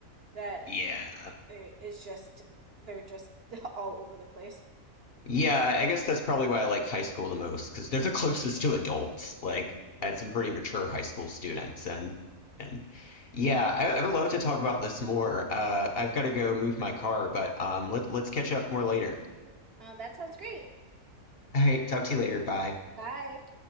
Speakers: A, on the right; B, on the left.
A: that
B: yeah.
A: There is just they're just <laughs> all over the place.
B: Yeah, I guess that's probably why I like high school the most because they're the <laughs> closest to adults. Like,
A: Yep.
B: I had some pretty mature high school students, and and yeah, I, I would love to talk about this more. Uh, I've got to go move my car, but um, let, let's catch up more later.
A: Uh, that sounds great.
B: All right, talk to you later. Bye.
A: Bye.